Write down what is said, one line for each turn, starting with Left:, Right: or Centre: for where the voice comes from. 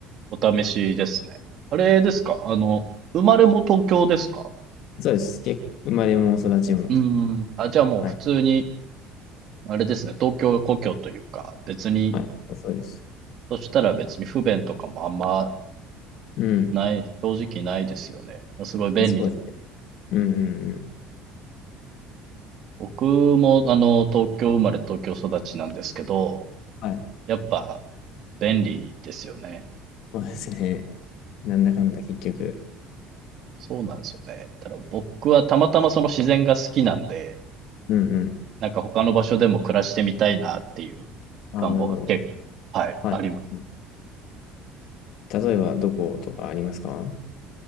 Right: お試しですね。あれですかあの、生まれも東京ですか
Left: そうです。結構生まれも育ちも。
Right: うーん。あ、じゃあもう普通に、
Left: はい。
Right: あれですね、東京故郷というか、別に、
Left: はい。そうそうです。
Right: そしたら別に不便とかもあんま
Left: うん。
Right: ない、正直ないですよね。すごい便利だ。
Left: そうですね。うんうんうん。
Right: 僕も、あの、東京生まれ、東京育ちなんですけど、
Left: はい。
Right: やっぱ便利ですよね。
Left: そうですね。なんだかんだ結局。
Right: そうなんですよね。ただ僕はたまたまその自然が好きなんで、
Left: うんうん。
Right: なんか他の場所でも暮らしてみたいなっていう
Left: ああ、
Right: 願望が結構、
Left: なるほど。
Right: はい、
Left: はいはい。
Right: あります。
Left: 例えば、どことかありますか